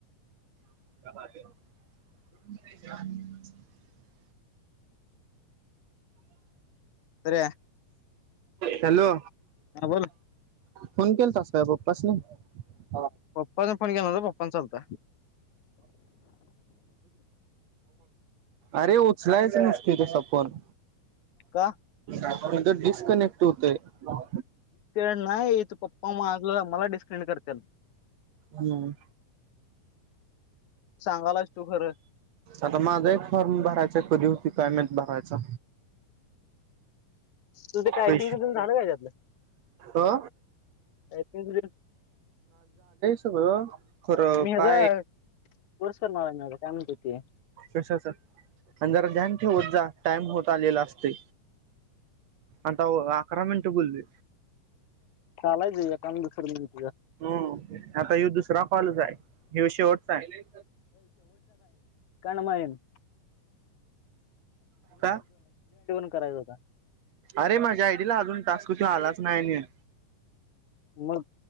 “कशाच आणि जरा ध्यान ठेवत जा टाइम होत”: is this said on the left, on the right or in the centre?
Right